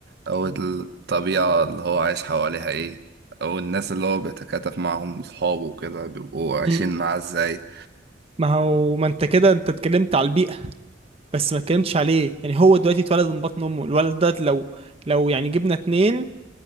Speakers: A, on the right; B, on the right.
A: أو الطبيعة اللي هو عايش حواليها إيه أو الناس اللي هو بيتكاتف معاهم صحابه وكده بيبقوا عايشين
B: مم.
A: معاه إزاي
B: ما هو ما انت كده انت اتكلمت على البيئه بس ما اتكلمتش عليه يعني هو دلوقتي اتولد من بطن امه الولد ده لو لو يعني جبنا اتنين